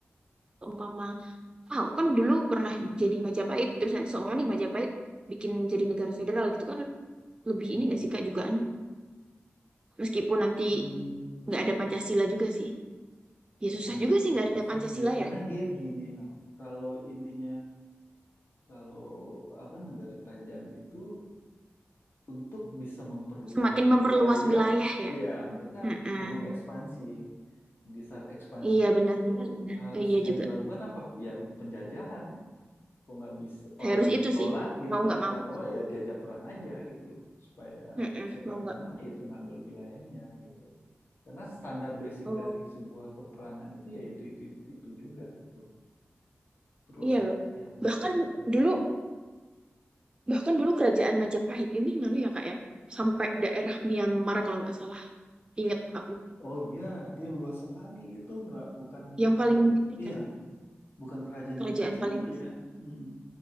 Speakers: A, on the right; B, on the left.
A: umpama, ah, aku kan dulu pernah jadi Majapahit, terus nanti seumpama nih Majapahit bikin jadi negara federal gitu kan lebih
B: Mm.
A: ini gak sih Kak jugaan, meskipun nanti
B: Mm.
A: nggak ada Pancasila juga sih. Ya susah
B: Ya,
A: juga
B: ya
A: sih nggak
B: susah
A: ada Pancasila
B: sih karena
A: ya,
B: dia gini, Am. kalau intinya kalau apa negara kerajaan itu untuk bisa memperluas
A: semakin memperluas
B: wilayah,
A: wilayah ya.
B: ya mereka
A: Mm-mm.
B: perlu ekspansi. Di saat ekspansi
A: Iya
B: itu
A: benar-benar benar benar
B: harus
A: benar. Iya
B: yang
A: juga.
B: dilakukan apa? Ya penjajahan. Kok nggak bisa orang
A: Harus
B: yang
A: itu
B: menolak
A: sih.
B: gitu
A: Mau
B: kan?
A: nggak mau.
B: Orang menolak ya diajak perang aja gitu loh. Supaya
A: Mm-mm,
B: siapa
A: mau
B: yang
A: nggak
B: menang
A: mau.
B: ya itu ngambil wilayahnya gitu loh. Karena standar basic
A: Oh,
B: dari sebuah peperangan itu ya itu itu itu, itu juga gitu. Perluasan
A: iya loh.
B: wilayah, perluasan
A: Bahkan
B: wilayah.
A: dulu bahkan dulu kerajaan Majapahit ini nganu ya Kak ya. Sampai daerah Myanmar kalau nggak salah. Ingat aku.
B: Oh iya, dia luas sekali itu nggak bukan
A: Yang paling
B: suatu
A: gede
B: iya
A: kan
B: Bukan kerajaan
A: kerajaan
B: yang kecil
A: paling
B: dia.
A: besar.
B: Mm,